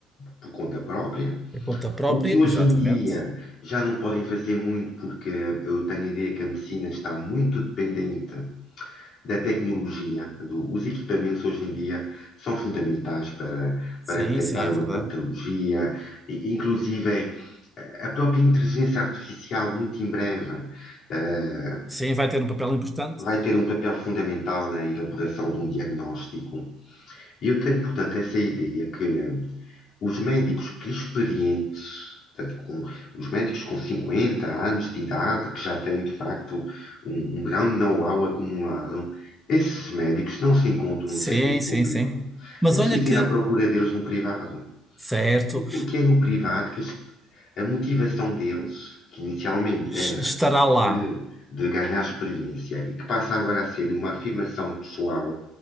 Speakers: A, on the left; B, in the centre.
A: por conta própria?
B: Por conta própria,
A: O que hoje
B: exatamente.
A: em dia já não podem fazer muito, porque eu tenho a ideia que a medicina está muito dependente da tecnologia. do- os equipamentos hoje em dia são fundamentais para,
B: Sim,
A: para detectar
B: sim, é
A: uma
B: verdade.
A: patologia, e, inclusive eh, a própria inteligência artificial, muito em breve, eh,
B: Sim, vai ter um papel importante.
A: vai ter um papel fundamental na elaboração de um diagnóstico. E eu tenho, portanto, essa ideia que os médicos que experientes, portanto, com, os médicos com 50 anos de idade, que já têm de facto um, um grande know-how acumulado, esses médicos não se encontram
B: Sim,
A: no setor
B: sim,
A: público.
B: sim. Mas
A: É preciso
B: olha que,
A: ir à procura deles no privado.
B: certo,
A: E porque é no privado que eles, a motivação deles, que inicialmente
B: es-
A: era
B: estará lá.
A: de, de, ganhar experiência e que passa agora a ser uma afirmação pessoal